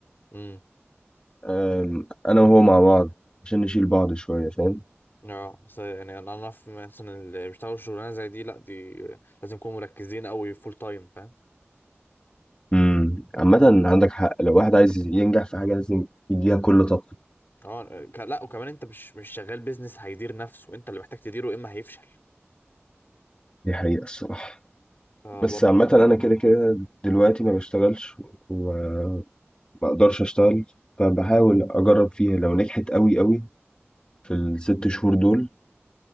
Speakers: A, on the left; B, on the left.
A: امم
B: أم، أنا وهو مع بعض عشان نشيل بعض شوية فاهم
A: اه بس يعني انا اعرف مثلا اللي بيشتغلوا شغلانه زي دي لا دي لازم يكونوا مركزين قوي فول تايم فاهم
B: امم عامة عندك حق لو واحد عايز ينجح في حاجة لازم يديها كل طاقته
A: اه ك... لا وكمان انت مش مش شغال بيزنس هيدير نفسه انت اللي محتاج تديره يا اما هيفشل
B: دي حقيقة الصراحة
A: فبرضه
B: بس عامة أنا كده كده دلوقتي ما بشتغلش وما أقدرش أشتغل فبحاول أجرب فيها لو نجحت أوي أوي في الست شهور دول